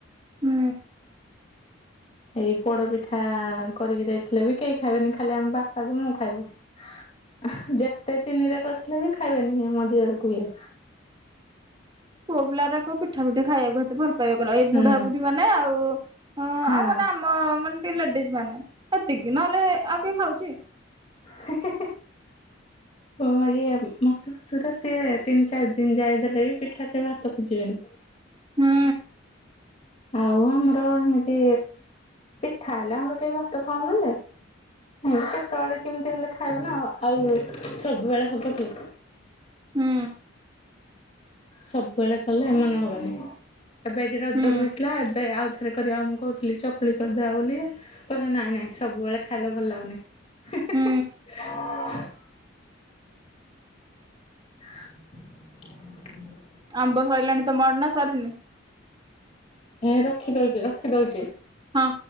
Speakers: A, on the right; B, on the left.
A: ହୁଁ।
B: ଏଇ ପୋଡପିଠା କରିକି ଦେଇଥିଲେ ବି କେହି ଖାଇବେନି ଖାଲି ଆମ ବାପା କୁ ମୁଁ ଖାଇବୁ।
A: ହ
B: ଆଃ ଯେତେ ଚିନିରେ କରିଥିଲେ ବି ଖାଇବେନି ମୋ ଦିଅରକୁ ଇଏ।
A: ପୁଅ ପିଲାରାକ ପିଠା ଫିଠା ଖାଇବାକୁ ଏତେ ଭଲ ପାଇବେ କଲ। ଏଇ
B: ହୁଁ
A: ବୁଢା ବୁଢୀ ମାନେ ଆଉ ଅଁ ଆଉ
B: ହଁ
A: ମାନେ ଆମ୍ ମ ମାନେ ଟିକେ ଲେଡିଜ୍ ମାନେ ହେତିକି ନହେଲେ ଆଉ କିଏ ଖାଉଚି।
B: ହେ ହେ ହେ।
A: ହୁଁ
B: ହଁ ଇଏ ମୋ ଶ୍ୱଶୁର ସିଏ ତିନି ଚାରି ଦିନ ଯାଏ ଦେଲେ ବି ପିଠା ସେ ଭାତ ଖୋଜିବେନି।
A: ହୁଁ।
B: ଆଉ ଆମର ହେମିତି ପିଠା ହେଲେ ଆମର କେହି ଭାତ ଖାଉନୁ ଯେ ହେମିତି କେତେବେଳେ କେମିତି ହେଲେ ଖାଇବ ନା ଆଉ ସବୁବେଳେ ହବ କି।
A: ହୁଁ
B: ସବୁବେଳେ କଲେ ମନ ହବନି। ଏବେ ଏଇଠି ରଜକୁ
A: ହୁଁ
B: ହେଇଥିଲା ଏବେ ଆଉ ଥରେ କରିବା ମୁଁ କହୁଥିଲି ଚକୁଳି କରିଦବା ବୋଲି ଯେ, କହୁସନ୍ତି ନାଇଁ ନାଇଁ ସବୁବେଳେ ଖାଇଲେ ଭଲ ଲାଗୁନି। <unintelligible>
A: ହୁଁ
B: <unintelligible>
A: ଆମ୍ବ ସଇଲାଣି ତମଆଡେ ନା ସରିନି?
B: ଏ ରଖି ଦଉଚି ରଖି ଦଉଚି।
A: ହଁ।